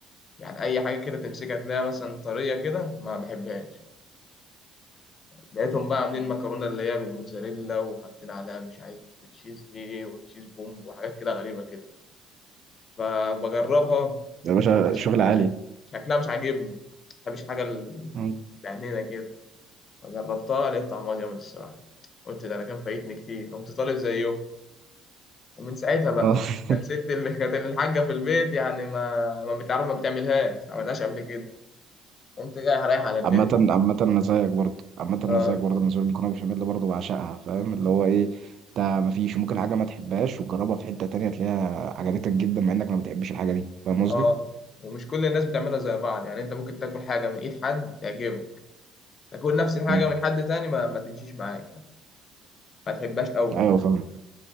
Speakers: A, on the left; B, on the right.
A: يعني اي حاجه كده تمسكها تلاقيها مثلا طريه كده ما بحبهاش لقيتهم بقى عاملين مكرونه اللي هي بالموتزاريلا وحاطين عليها مش عارف تشيز ايه وتشيز بومب وحاجات كده غريبه كده فبجربها
B: يا باشا
A: شكلها
B: شغل عالي
A: شك- شكلها مش عاجبني ما بحبش الحاجه ال-
B: <laughs>
A: بعنينه كده فجربتها لقيت طعمها جامد الصراحه قلت ده انا كان فايتني كتير قمت طالب زيه ومن ساعتها بقى
B: آه.
A: كانت ست اللي <laughs> كانت الحاجه في البيت يعني ما ما بتعرف ما بتعملهاش ما عملتهاش قبل كده قمت جاي رايح على النت
B: عامة عامة أنا زيك برضه عامة
A: اه
B: أنا زيك برضه بالنسبة لي المكرونة بشاميل برضه بعشقها فاهم اللي هو إيه ده مفيش ممكن حاجة ما تحبهاش وتجربها في حتة تانية تلاقيها عجبتك جدا مع إنك ما بتحبش الحاجة دي فاهم قصدي؟
A: اه ومش كل الناس بتعملها زي بعض يعني انت ممكن تاكل حاجه من ايد حد تعجبك تاكل نفس الحاجه
B: مم.
A: من حد تاني ما, ما تمشيش معاك يعني ما تحبهاش قوي
B: أيوه فاهمك